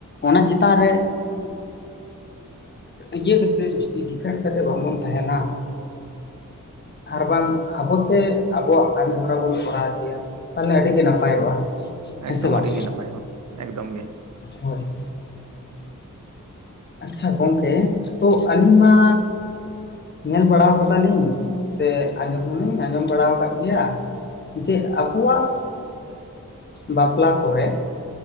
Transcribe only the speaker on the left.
ᱚᱱᱟ ᱪᱮᱛᱟᱱ ᱨᱮ ᱤᱭᱟᱹ ᱠᱟᱛᱮ ᱡᱩᱫᱤ ᱰᱤᱯᱷᱮᱱᱰ ᱠᱟᱛᱮ ᱵᱟᱝᱵᱚᱱ ᱛᱟᱦᱮᱱᱟ᱾ ᱟᱨ ᱵᱟᱝ ᱟᱵᱚᱛᱮ ᱟᱵᱚᱣᱟᱜ ᱠᱟᱹᱢᱤ ᱦᱚᱨᱟ ᱵᱚᱱ ᱠᱚᱨᱟᱣ ᱤᱫᱤᱭᱟ ᱛᱟᱦᱚᱞᱮ ᱟᱹᱰᱤᱜᱮ ᱱᱟᱯᱟᱭᱚᱜᱼᱟ᱾ ᱦᱮᱸ
ᱥᱮ ᱵᱟᱝ
ᱦᱳᱭ ᱟᱪᱪᱷᱟ ᱜᱚᱝᱠᱮ ᱛᱚ ᱟᱹᱞᱤᱧ ᱢᱟ ᱧᱮᱞ ᱵᱟᱲᱟ ᱠᱟᱫᱟᱞᱤᱧ ᱥᱮ ᱟᱸᱡᱚᱢ ᱫᱚᱞᱤᱧ ᱟᱸᱡᱚᱢ ᱵᱟᱲᱟ ᱟᱠᱟᱫ ᱜᱮᱭᱟ᱾ ᱡᱮ ᱟᱵᱚᱣᱟᱜ ᱵᱟᱯᱞᱟ ᱠᱚᱨᱮ